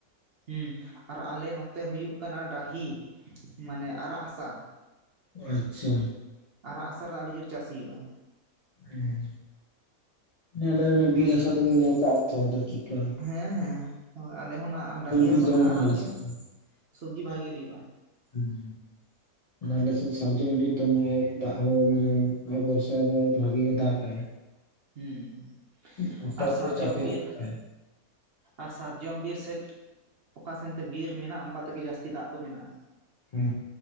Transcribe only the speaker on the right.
ᱦᱩᱸ ᱟᱨ ᱟᱞᱮ ᱱᱚᱛᱼᱼ ᱛᱮ ᱦᱩᱭᱩᱜ ᱠᱟᱱᱟ ᱰᱟᱹᱦᱤ ᱢᱟᱱᱮ ᱟᱨᱟᱜ ᱦᱟᱥᱟᱼᱼ
ᱟᱨᱟᱜ ᱦᱟᱥᱟ ᱨᱮ ᱟᱹᱰᱤ ᱡᱳᱨ ᱪᱟᱥ ᱦᱩᱭᱩᱜ-ᱟ᱾
ᱦᱮᱸ ᱦᱮᱸ ᱟᱞᱮ ᱦᱚᱸ ᱱᱟᱜ ᱰᱟᱹᱦᱤ ᱦᱟᱥᱟ
ᱢᱟᱱᱟ
ᱟᱨᱟᱜ
ᱜᱮᱭᱟ
ᱥᱚᱵᱽᱡᱤ ᱵᱷᱟᱜᱤ ᱦᱩᱭᱩᱜ-ᱟ᱾
ᱦᱩᱸ।
ᱟᱨ ᱥᱟᱨᱡᱚᱢ
ᱵᱤᱨ
ᱟᱨ ᱥᱟᱨᱡᱚᱢ ᱵᱤᱨ ᱥᱮᱡ, ᱚᱠᱟ ᱥᱮᱱᱛᱮ ᱵᱤᱨ ᱢᱮᱱᱟᱜᱼᱟ ᱚᱱᱠᱟ ᱛᱮᱜᱮ ᱡᱟᱹᱥᱛᱤ ᱫᱟᱜ ᱫᱚ ᱢᱮᱱᱟᱜᱼᱟ।